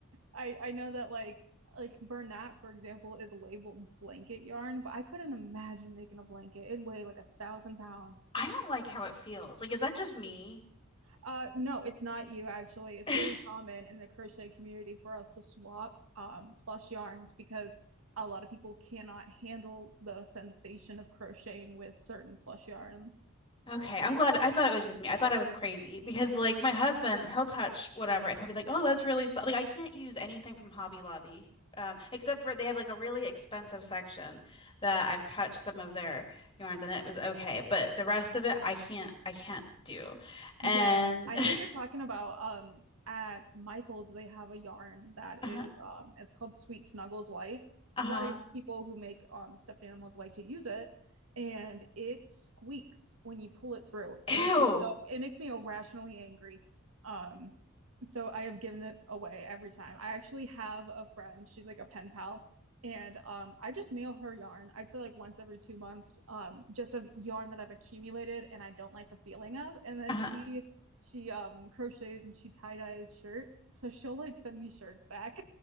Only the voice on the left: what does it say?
I don't like how it feels. Like, is that just me?
<laughs>
Okay, I'm glad. I thought it was just me. I thought I was crazy because, like, my husband, he'll touch whatever and he'll be like, "Oh, that's really so-" like I can't use anything from Hobby Lobby, um, except for they have like a really expensive section that I've touched some of their yarns and it was okay, but the rest of it I can't. I can't do.
And
<laughs>
uh-huh,
uh-huh.
Ew.
Uh-huh.